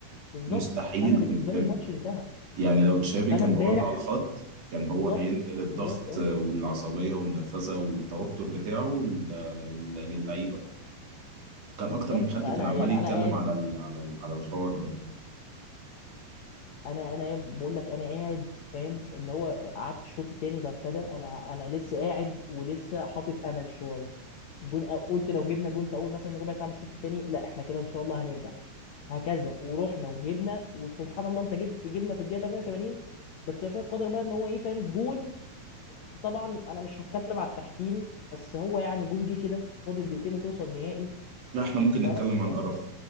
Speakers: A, on the left; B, on the right.
A: بالظبط
B: مستحيل
A: انا بالنسبه
B: كنت ترجع
A: لي الماتش انتهى
B: يعني لو تشافي
A: فانا
B: كان
A: امبارح
B: هو اللي على الخط كان هو
A: بالظبط
B: هينقل الضغط
A: بالظبط اه
B: والعصبية والنرفزة والتوتر بتاعه لل- لل- للعيبة كان
A: بالظبط
B: أكتر من حد
A: انا
B: كان عمال
A: يعني
B: يتكلم
A: انا قاعد
B: على ال على ال على الحوار ده
A: انا انا بقول لك انا قاعد فاهم اللي هو قعدت الشوط التاني بقى ابتدى انا انا لسه قاعد ولسه حاطط امل شويه جون أو- قلت لو جبنا جون في اول مثلا ربع ساعه من الشوط التاني لا احنا كده ان شاء الله هنرجع هكذا ورحنا وجبنا وسبحان الله انت جبت جبنا في الدقيقه 88 بس يشاء القدر بقى ان هو ايه فاهم جون طبعا انا مش هتكلم على التحكيم بس هو يعني جون جه كده فاضل دقيقتين وتوصل نهائي
B: لا إحنا ممكن نتكلم
A: فبس
B: عن
A: يعني
B: أرخ